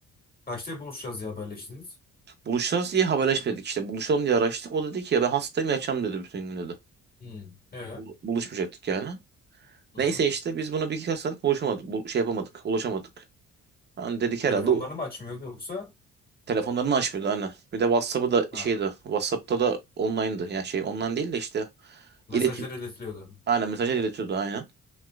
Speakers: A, on the left; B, on the right.
A: Kaçta buluşacağız ya haberleştiniz?
B: Buluşacağız diye haberleşmedik işte. Buluşalım diye araştık. O dedi ki ya ben hastayım yatacağım dedi bütün gün dedi.
A: Hı. Ee?
B: Bu- Buluşmayacaktık yani.
A: Hı
B: Neyse
A: hı.
B: işte biz buna bir iki saat konuşamadık. Bu, şey yapamadık. Ulaşamadık. Hani dedik herhalde
A: Telefonlarını
B: o-
A: mı açmıyordu yoksa?
B: telefonlarını açmıyordu aynen. Bir de WhatsApp'ı da
A: Ha.
B: şeydi. WhatsApp'ta da online'dı. Yani şey online değil de işte
A: Mesajları
B: iletim.
A: iletiliyordu.
B: Aynen mesajlar iletiyordu aynen.